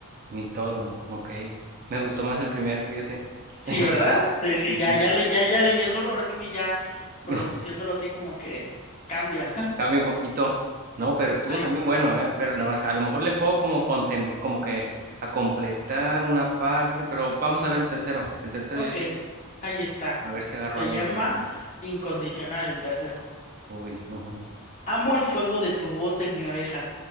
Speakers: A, on the right; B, on the left.
A: Ni todo, ok. Me gustó más el primero, fíjate.
B: Sí,
A: <laughs>
B: ¿verdad? Sí,
A: Sí,
B: sí, ya,
A: sí.
B: ya, le- ya, ya leyéndolo, ahora sí que ya pronunciándolo
A: <laughs>
B: así como que cambia. <laughs>
A: Cambia un poquito. No, pero estuvo
B: Ay,
A: también bueno, ¿eh? Pero nada más, a lo mejor le puedo como, contem- como que a completar una parte, pero vamos a ver el tercero. El tercero
B: ok,
A: yo sí,
B: ahí está.
A: a ver si agarro
B: Se
A: algo
B: llama
A: del tercero.
B: Incondicional el tercero.
A: Uy, ujú.
B: Amo el fuego de tu voz en mi oreja,